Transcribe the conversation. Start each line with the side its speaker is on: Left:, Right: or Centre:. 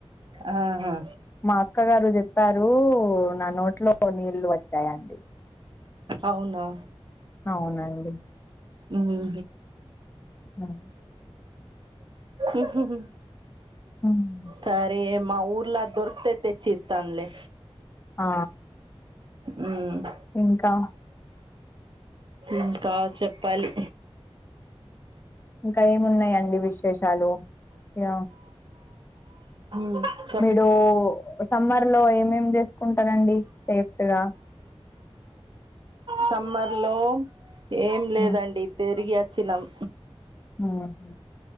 Right: ఆహా
Left: మా అక్క గారు చెప్పారు, నా నోట్లో నీళ్లు వచ్చాయండి.
Right: అవునా
Left: అవునండి
Right: ఉహు
Left: ఉమ్.
Right: ఉహు హు
Left: ఉమ్
Right: సరే మా ఊర్ల దొరికితే తెచ్చిస్తన్లే.
Left: ఆ
Right: ఉమ్
Left: ఇంకా
Right: ఇంకా చెప్పాలి
Left: ఇంకా ఏమున్నాయండి విశేషాలు, ఇగ
Right: ఉమ్
Left: మీడో సమ్మర్ లో ఏమేమ్ చేసుకుంటరండి సేఫ్ట్ గా?
Right: సమ్మర్ లో ఏం లేదండి,
Left: హ్మ్.
Right: తిరిగి అచ్చినమ్
Left: అవునా